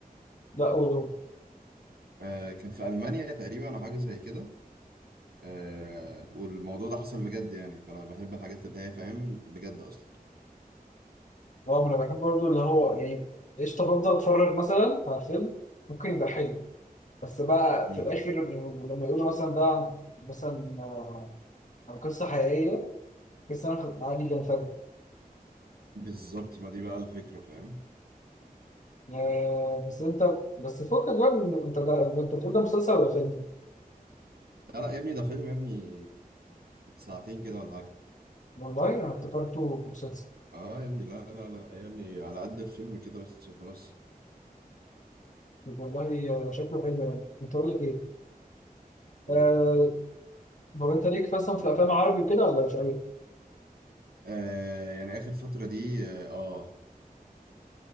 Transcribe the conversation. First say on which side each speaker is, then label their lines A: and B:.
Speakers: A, on the left; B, on the right.
A: لا قولوا
B: آه كان في المانيا تقريبا او حاجه زي كده آه والموضوع ده حصل بجد يعني فانا بحب الحاجات اللي هي فاهم بجد اصلا
A: اه ما انا بحب برضو اللي هو يعني قشطه بفضل اتفرج مثلا على فيلم ممكن يبقى حلو بس بقى
B: امم
A: في الاخر لما يقولوا مثلا ده عن- مثلا آه، عن قصه حقيقيه تحس ان انا عادي بنفجر
B: بالظبط ما دي بقى الفكره فاهم
A: آه، بس انت بس فكك بقى من انت ده انت بتقول ده مسلسل ولا فيلم؟
B: لا لا يا ابني ده فيلم يا ابني ساعتين كده ولا حاجه
A: والله انا افتكرته مسلسل
B: اه يا ابني لا لا لا لا يا ابني على قد الفيلم كده بس وخلاص
A: والله آه، شكله حلو يعني انت اقول لك ايه؟
B: قول
A: آه، هو انت ليك مثلا في الافلام العربي وكده ولا مش قوي؟
B: آه يعني اخر فتره دي اه آه.